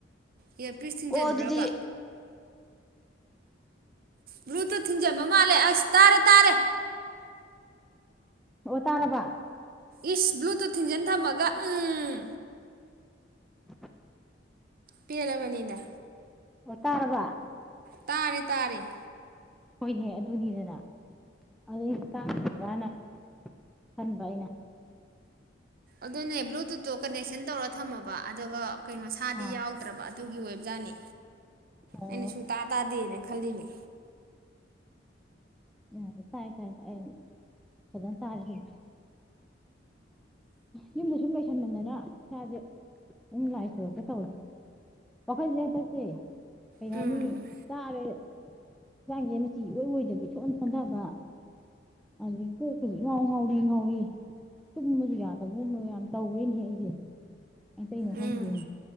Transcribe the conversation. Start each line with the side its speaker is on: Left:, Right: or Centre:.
Right: ꯏꯌꯥꯔꯄꯤꯁ ꯊꯤꯟꯖꯟꯕ꯭ꯔꯕꯥ
Centre: ꯑꯣ ꯑꯗꯨꯗꯤ
Right: ꯕ꯭ꯂꯨꯇꯨꯠ ꯊꯤꯡꯖꯕ ꯃꯥꯜꯂꯦ ꯑꯥꯁ ꯇꯥꯔꯦ ꯇꯥꯔꯦ
Centre: ꯑꯣꯑ ꯇꯥꯔꯕꯥ
Right: ꯏꯁ ꯕꯂꯨꯇꯨꯠ ꯇꯨ ꯊꯤꯟꯖꯤꯟ ꯊꯝꯃꯒ ꯎꯨꯝ
Centre: <inaudible>
Right: ꯄꯦꯟꯂꯕꯅꯤꯗ
Centre: ꯑꯣ ꯇꯔꯔꯥꯕ
Right: ꯇꯥꯔꯦ ꯇꯥꯔꯦ
Centre: ꯍꯣꯏꯅꯦ ꯑꯗꯨꯅꯤꯗꯅ ꯑꯩꯗꯤ ꯇꯥꯗ꯭ꯔꯅ ꯈꯟꯕ ꯑꯩꯅ
Right: ꯑꯗꯨꯅꯤ ꯕ꯭ꯂꯨꯇꯨꯠꯇꯣ ꯀꯅꯦꯛꯁꯟ ꯇꯧꯔ ꯊꯝꯃꯕ ꯑꯗꯨꯒ ꯀꯩ ꯃꯁꯥꯗꯤ
Centre: ꯑꯥ
Right: ꯌꯥꯎꯗ꯭ꯔꯕ ꯑꯗꯨꯒꯤ ꯑꯣꯏꯕꯖꯥꯠꯅꯤ
Centre: ꯑꯣ
Right: ꯑꯩꯅ ꯁꯨꯡꯇꯥ ꯇꯥꯗꯦꯅ ꯈꯜꯂꯤꯅꯦ
Centre: ꯌꯥ ꯇꯥꯏ ꯇꯥꯏ ꯇꯥꯏꯦ ꯑꯗꯨ ꯐꯖꯅ ꯇꯥꯔꯤꯁꯤ ꯌꯨꯝꯗ ꯁꯨꯝ ꯌꯥꯂꯦ ꯇꯥꯂꯦ ꯇꯥꯔꯦ ꯐꯖꯅꯅ ꯏꯁꯥꯁꯦ ꯑꯃꯨꯝ ꯌꯨꯝꯗ ꯑꯁꯨꯝ ꯂꯩꯁꯤꯟꯗꯅ ꯏꯁꯥꯁꯦꯑꯅꯝ ꯂꯥꯏ ꯆꯨꯔꯀ ꯇꯧꯔꯦ ꯋꯥꯈꯜꯁꯦ ꯍꯟꯇꯛꯁꯦ ꯀꯩ
Right: ꯎꯝ
Centre: ꯍꯥꯏꯅꯤ ꯆꯥꯂꯦ ꯆꯟꯆꯥꯡꯁꯦ ꯃꯆꯤ ꯏꯑꯣꯏ ꯑꯣꯏꯣꯏꯔꯣꯏꯗꯕꯤ ꯁꯣꯟꯗꯕ ꯑꯗꯒꯤ ꯄꯣꯛꯄꯁꯨ ꯉꯥꯎꯔꯤ ꯉꯥꯎꯔꯤ ꯇꯨꯝꯕꯁꯨ ꯌꯥꯗꯕꯒꯨꯝꯕ ꯌꯥꯝ ꯇꯧꯔꯦꯅꯦ ꯍꯦ ꯑꯩꯁꯦ ꯑꯥꯁ ꯀꯩꯅꯣ ꯈꯪꯗꯦꯅꯦ
Right: ꯎꯝ